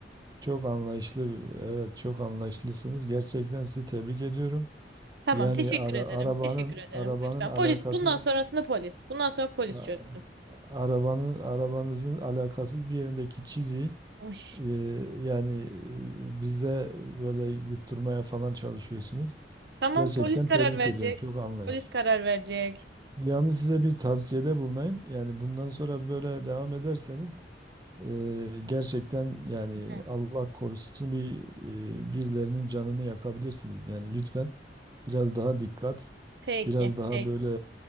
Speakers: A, on the right (about 20°); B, on the right (about 65°).
A: Çok anlayışlı. Evet, çok anlayışlısınız. Gerçekten sizi tebrik ediyorum.
B: Tamam,
A: Yani
B: teşekkür
A: ara-
B: ederim.
A: arabanın
B: Teşekkür ederim.
A: arabanın
B: Lütfen.
A: alakasız
B: Polis, bundan sonrasında polis. Bundan sonra polis
A: A-
B: çözsün.
A: Arabanın arabanızın alakasız bir yerindeki çizi
B: Uy.
A: e, yani e, bizde böyle yutturmaya falan çalışıyorsunuz.
B: Tamam,
A: Gerçekten
B: polis karar
A: tebrik
B: verecek.
A: ediyorum. Çok anlayış.
B: Polis karar verecek.
A: Yalnız size bir tavsiyede bulunayım. Yani bundan sonra böyle devam ederseniz e, gerçekten yani
B: Hı.
A: Allah korusun bir e, birilerinin canını yakabilirsiniz. Yani lütfen biraz daha dikkat,
B: Peki,
A: biraz daha
B: peki.
A: böyle